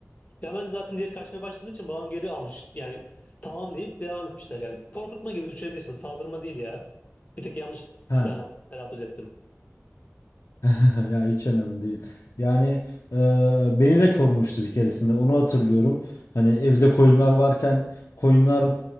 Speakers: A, on the left (about 35°); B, on the left (about 80°).
A: Hemen zaten diğeri kaçmaya başladığı için bağım geri almış. Yani tamam deyip devam etmişler yani. Korkutma gibi düşünebilirsin. Saldırma değil ya. Bir tek yanlış
B: He,
A: e, telaffuz ettim.
B: <laughs> Ya hiç önemli değil. Yani e, beni de korumuştu bir keresinde. Onu hatırlıyorum. Hani evde koyunlar varken koyunlar